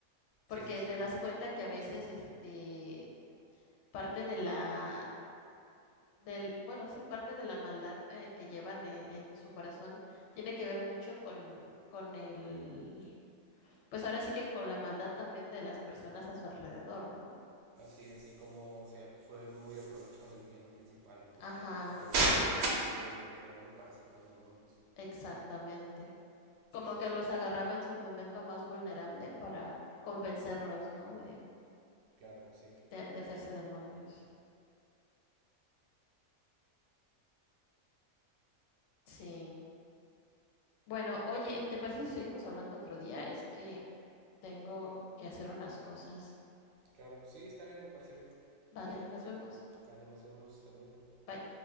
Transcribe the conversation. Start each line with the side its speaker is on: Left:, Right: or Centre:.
Left: porque
Right: Sí, sí, sí.
Left: te das cuenta que a veces, este parte de la del, bueno, sí, parte de la maldad eh, que llevan en, en su corazón tiene que ver mucho con, con el, pues ahora sí que con la maldad también de las personas a su alrededor, ¿no?
Right: Así es, y como se fue muy aprovechado el villano principal, ¿no? O
Left: Ajá,
Right: sea, se aprovechó de, de gente vulnerable para hacer los demonios.
Left: exactamente. Como
Right: Sí, sí,
Left: que
Right: sí.
Left: los agarraba en su momento más vulnerable para convencerlos, ¿no? De,
Right: Claro, sí.
Left: de, de hacerse demonios. Sí. Bueno, oye, ¿te parece si seguimos hablando otro día? Es que tengo que hacer unas cosas.
Right: Claro, sí, está bien, me parece bien.
Left: Vale, nos vemos.
Right: Dale, nos vemos. Hasta luego.
Left: Bye.